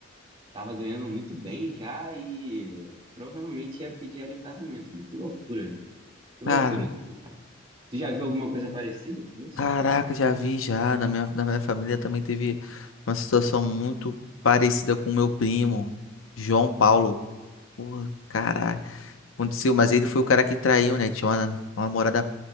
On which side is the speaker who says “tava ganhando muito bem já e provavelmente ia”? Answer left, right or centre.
Right